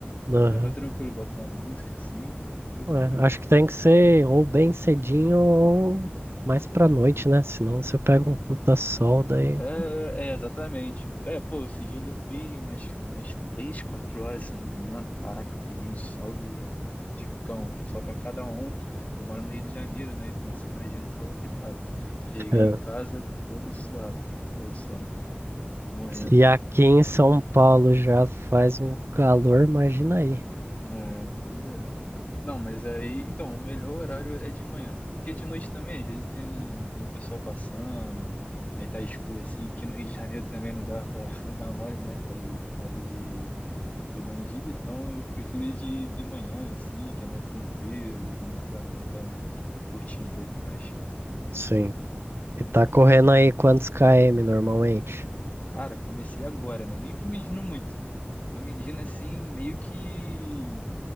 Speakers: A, on the right; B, on the left.
A: Aham.
B: É mais tranquilo, boto uma música assim, e vou correndo.
A: Ué, acho que tem que ser ou bem cedinho ou mais pra noite, né? Senão você pega um puta sol daí.
B: É,
A: <laughs>
B: é, é, exatamente. É, pô, esses dias eu fui umas, umas 3 4 horas, se não me engano. Caraca, eu peguei um saldo de cão, só pra cada um. Eu moro no Rio de Janeiro, né? Então você imagina o calor que tava. Cheguei
A: É.
B: em casa todo suado, cara, todo suado, morrendo.
A: E aqui em São Paulo já faz um calor, imagina aí.
B: É, pois é. Não, mas aí, então, o melhor horário é de manhã. Porque de noite também, às vezes tem, tem um pessoal passando, aí tá escuro assim, que no Rio de Janeiro também não dá pra <laughs> dar mole, né? Coisa de, De bandido, então eu prefiro ir de, de manhã, assim, que é mais tranquilo, dá pra, dá pra curtir um pouco mais.
A: Sim. E tá correndo aí quantos km normalmente?
B: Cara, comecei agora, né? Nem tô medindo muito. Tô medindo assim, meio que